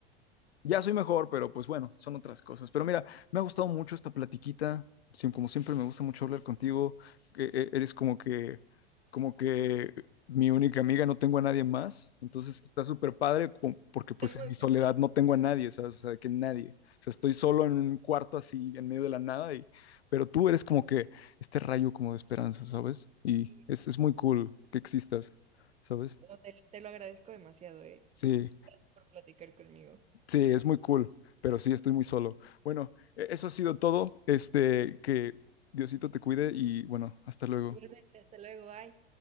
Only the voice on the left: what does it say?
Ya soy mejor, pero pues bueno, son otras cosas. Pero mira, me ha gustado mucho esta platiquita. Siem- Como siempre, me gusta mucho hablar contigo. E- e- Eres como que, como que mi única amiga, no tengo a nadie más. Entonces está súper padre como- porque pues
en
mi soledad
no tengo a nadie, ¿sabes? O sea, de que nadie. O sea, estoy solo en un cuarto así, en medio de la nada. Y, pero tú eres como que este rayo como de esperanza, ¿sabes? Y
es, es
muy cool que existas, ¿sabes?
Sí.
Sí, es muy cool, pero sí, estoy muy solo. Bueno, e- eso ha sido todo. Este, que Diosito te cuide y bueno, hasta luego.